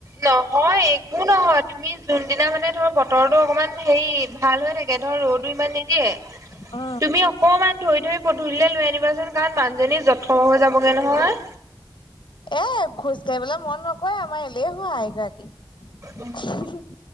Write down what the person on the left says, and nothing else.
অ।
এ খোজ কাঢ়িবলে মন নকৰে আমাৰ এলেহুৱা এইগৰাকী।
<unintelligible>